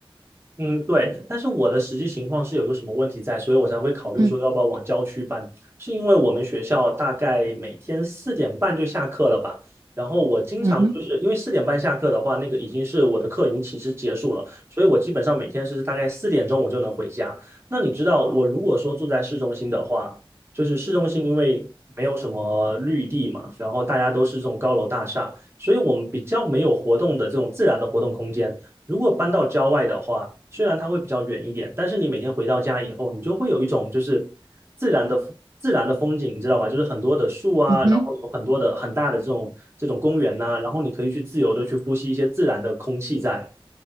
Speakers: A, on the right; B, on the right.
A: 嗯，对，但是我的实际情况是有个什么问题在，所以我才会考虑说要不要往郊区搬，
B: 嗯
A: 是因为我们学校大概每天四点半就下课了吧，然后我经常就是因为四点半下课的话，
B: 嗯哼。
A: 那个已经是我的课已经其实结束了，所以我基本上每天是大概四点钟我就能回家。那你知道我如果说住在市中心的话，就是市中心因为没有什么绿地嘛，然后大家都是这种高楼大厦，所以我们比较没有活动的这种自然的活动空间。如果搬到郊外的话，虽然它会比较远一点，但是你每天回到家以后，你就会有一种就是自然的自然的风景，你知道吧？就是很多的树啊，
B: 嗯哼，
A: 然后有很多的很大的这种这种公园呐、然后你可以去自由的去呼吸一些自然的空气在，